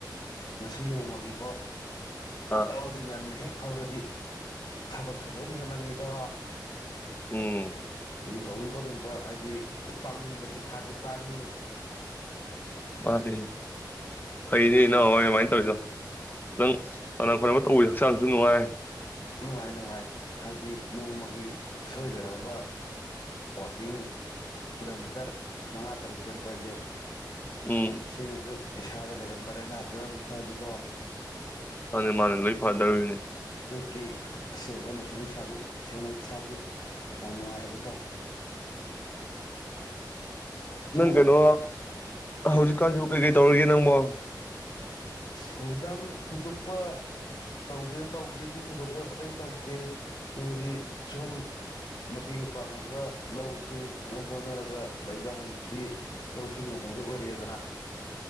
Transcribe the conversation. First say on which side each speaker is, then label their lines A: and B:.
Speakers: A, on the left (about 60°); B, on the left (about 25°).
A: ꯉꯁꯤ ꯅꯣꯡꯃꯒꯤꯀꯣ
B: ꯑꯥ
A: ꯍꯥꯎꯗꯤ ꯉꯟꯅ ꯍꯦꯛ ꯍꯧꯔꯗꯤ ꯊꯕꯛꯁꯨ ꯂꯣꯏꯅ ꯍꯦꯛꯅꯤꯡꯉꯤꯗꯣ
B: ꯎꯝ
A: ꯇꯧꯅꯤꯡ ꯇꯧꯅꯤꯡꯕ ꯍꯥꯏꯗꯤ ꯄꯥꯡꯅꯤꯡꯕ ꯁꯤꯟꯊꯥꯁꯨ ꯄꯥꯡꯉꯤ <unintelligible>
B: ꯃꯥꯅꯤ ꯐꯩꯅꯤ ꯏ ꯅꯍꯥꯟꯋꯥꯏ ꯑꯗꯨꯃꯥꯏꯅ ꯇꯧꯔꯤꯗꯣ ꯈꯤꯇꯪ ꯀꯅꯥ ꯈꯔꯝꯕ ꯇꯧꯕ ꯍꯛꯆꯥꯡꯁꯨ ꯅꯨꯡꯉꯥꯏ
A: ꯅꯨꯡꯉꯥꯏ ꯅꯨꯡꯉꯥꯏ ꯍꯥꯏꯗꯤ ꯅꯣꯡꯃꯒꯤ ꯁꯣꯏꯗꯅꯕ ꯋꯥꯛꯀꯤꯡ ꯀꯤꯂꯣꯃꯤꯇꯔ ꯃꯉꯥ ꯇꯔꯨꯛ ꯆꯠꯄꯁꯦ
B: ꯎꯝ
A: ꯁꯤꯅꯁꯨ ꯏꯁꯥꯗ ꯂꯩꯔꯝꯕ ꯂꯥꯏꯅꯥ ꯇꯤꯟꯅꯁꯨ ꯐꯍꯜꯂꯤꯗꯣ
B: ꯑꯗꯨ ꯃꯥꯅ ꯂꯣꯏ ꯐꯗꯧꯔꯤꯅꯦ
A: ꯀꯤ ꯑꯁꯦꯡꯕ ꯅꯨꯡꯁꯤꯠ ꯅꯨꯡꯁꯥꯁꯨ ꯊꯦꯡꯅꯩ ꯏꯁꯥꯁꯨ ꯌꯥꯝ ꯅꯨꯡꯉꯥꯏꯍꯜꯂꯤꯗꯣ ꯁꯨꯃꯥꯏꯅ
B: ꯅꯪ ꯀꯩꯅꯣ
A: ꯀꯔꯤ
B: ꯍꯧꯖꯤꯛ ꯀꯥꯟꯁꯤꯕꯨ ꯀꯩ ꯀꯩ ꯇꯧꯔꯤꯒꯦ ꯪꯕꯣ
A: ꯍꯧꯖꯤꯛꯀꯥꯟ ꯊꯣꯏꯗꯣꯛꯄ ꯇꯧꯗꯦ ꯇꯧꯗꯦꯗꯤ ꯊꯣꯏꯗꯣꯛꯄ ꯑꯇꯩ ꯇꯧꯗꯦ ꯌꯨꯝꯒꯤ ꯁꯨꯝ ꯃꯇꯦꯡ ꯄꯥꯡꯉꯒ ꯂꯧꯁꯤꯡ ꯑꯗꯨꯝ ꯍꯣꯠꯅꯔꯒ ꯂꯩꯗ ꯍꯧꯖꯤꯛꯇꯤ ꯂꯧꯁꯤꯡꯒꯤ ꯃꯇꯝꯁꯨ ꯑꯣꯏꯔꯛꯑꯦꯗꯅ